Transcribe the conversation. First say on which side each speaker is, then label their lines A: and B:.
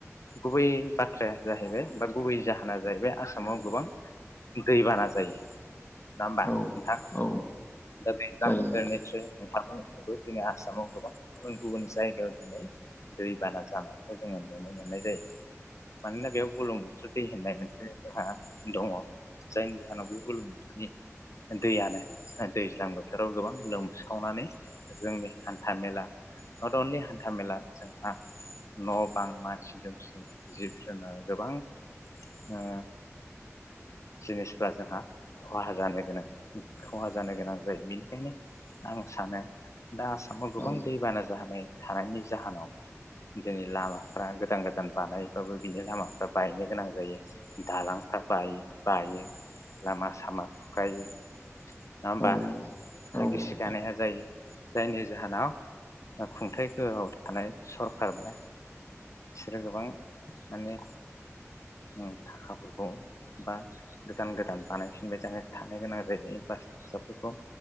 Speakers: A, on the left; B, on the left.
A: गुबै बाथ्राया जाहैबाय बा गुबै जाहोना जाहैबाय आसामाव गोबां दैबाना जायो। नङा होमबा
B: औ
A: नोंथां?
B: औ
A: दा <unintelligible>
B: जायो नोंथां
A: निथसय नोंथांआबो दिनै आसामाव गोबां गुबुन गुबुन जायगायाव दिनै दैबाना जानायखौ जोङो नुनो मोननाय जायो। मानोना बेयाव बुलुंबु सुदै होननाय मोनसे रा दङ जायनि जाहोनाव बे बुलुम बुथुरनि दैयानो दैज्लां बोथोराव गोबां लोमसावनानै जोंनि हान्था मेला नट अनलि हान्था मेला जोंहा न' बां मानसि दुमसि जिब जुनार गोबां ओ जिनिसफ्रा जोंहा खहा जानो गोनां खहा जानो गोनां जायो बेनिखायनो आं सानो दा आसामाव गोबां
B: औ
A: दैबाना जाहोनाय थानायनि जाहोनाव दिनै लामाफ्रा गोदान गोदान बानायबाबो बिनि लामाफ्रा बायनो गोनां जायो दालांफ्रा बायो। बायो लामा सामा खुखायो। नङा होमबा
B: औ
A: हा
B: औ
A: गिसिखानाया
B: नोंथां
A: जायो जायनि जाहोनाव खुंथाइ गोहोआव थानाय सरखारबा बिसोरो गोबां माने उम थाखाफोरखौ बा गोदान गोदान बानायफिनबाय जानो थानो गोनां जायो बास्टसफोरखौ